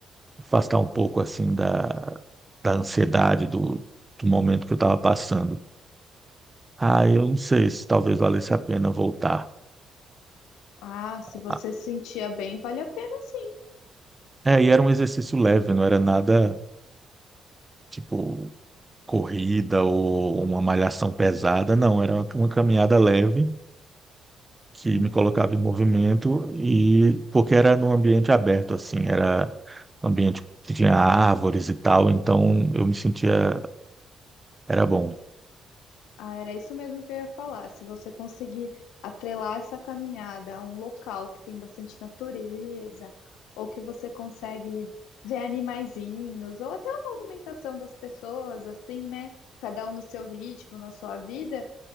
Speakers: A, on the right; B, on the left.
A: afastar um pouco assim da, da ansiedade do, do momento que eu estava passando. Ah, eu não sei se talvez valesse a pena voltar.
B: Ah, se você
A: Ah,
B: se sentia bem, vale a pena sim.
A: É, e era um exercício leve, não era nada tipo corrida ou uma malhação pesada, não, era uma uma caminhada leve que
B: Uhum.
A: me colocava em movimento e porque era num ambiente aberto assim, era um ambiente que tinha árvores e tal, então eu me sentia era bom.
B: Ah, era isso mesmo que eu ia falar. Se você conseguir atrelar essa caminhada a um local que tem bastante natureza, ou que você consegue ver animaizinhos, ou até a movimentação das pessoas, assim, né? Cada um no seu ritmo, na sua vida,